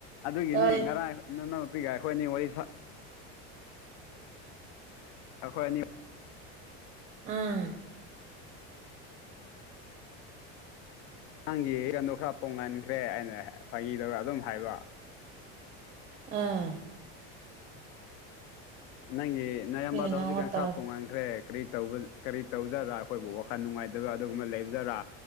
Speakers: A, on the left (about 50°); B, on the right (about 20°).
A: ꯑꯗꯨꯒꯤꯅꯤ
B: ꯇꯥꯗꯦ
A: ꯉꯔꯥꯡ ꯅꯨꯅꯄꯤꯒ ꯑꯩꯈꯣꯏꯅꯤ ꯋꯥꯔꯤ ꯑꯩꯈꯣꯏ ꯑꯅꯤ
B: ꯎꯝ
A: ꯅꯪꯒꯤꯔꯟꯗꯣ ꯈꯔ ꯄꯣꯡꯍꯟꯈ꯭ꯔꯦ ꯑꯩꯅ ꯐꯩꯗꯧꯔ ꯑꯗꯨꯝ ꯍꯥꯏꯕ
B: ꯑꯥ
A: ꯅꯪꯒꯤ ꯅꯅꯥꯏꯌꯥꯝꯝꯕꯗ
B: ꯃꯤꯅ ꯉꯥꯡꯕ
A: ꯍꯧꯖꯤꯛꯀꯥꯟ
B: ꯇꯥꯕ
A: ꯈꯔ ꯇꯣꯡꯉꯟꯈ꯭ꯔꯦ ꯀꯔꯤ ꯇꯧꯕ ꯀꯔꯤ ꯇꯧꯖꯔꯥ ꯑꯩꯈꯣꯏꯕꯨ ꯋꯥꯈꯜ ꯅꯨꯡꯉꯥꯏꯇꯕ ꯑꯗꯨꯒꯨꯝꯕ ꯂꯩꯕꯖꯔꯥ